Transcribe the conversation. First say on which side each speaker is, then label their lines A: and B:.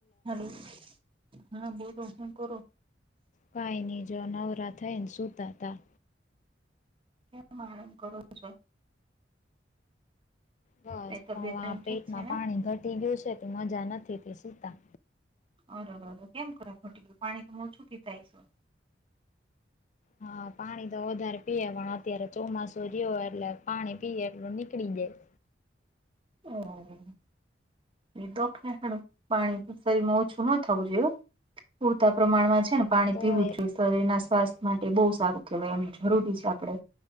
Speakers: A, on the right; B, on the left.
A: Hello, હા બોલો શું કરો?
B: કાંઈની જો, નવરા થઈને સુતા તા.
A: એમ આરામ કરો છો.
B: બસ
A: એ તબિયત
B: પૌઆ
A: પાણી ઠીક
B: પેટમાં
A: છે ને
B: પાણી ઘટી ગયું છે, તે મજા નથી તે સુતા.
A: અરરર કેમ ખ ખટી ગયું પાણી? તમે ઓછું પિતા હોઈસો
B: હા, પાણી તો વધારે પીએ, પણ અત્યારે ચોમાસું જેયો એટલે, પાણી પીએ એટલુ નીકળી જાય.
A: અરેરેરે એ ડોફને કારણે, પાણી શરીમાં ઓછું ન થવું જોઇએ. પૂરતા પ્રમાણમાં છે ને પાણી
B: તો
A: પીવું જ
B: એક
A: જોઈએ, શરીર ના સ્વાસ્થ્ય માટે બહુ સારું કેહેવાય, એમ જરૂરી છે આપડે.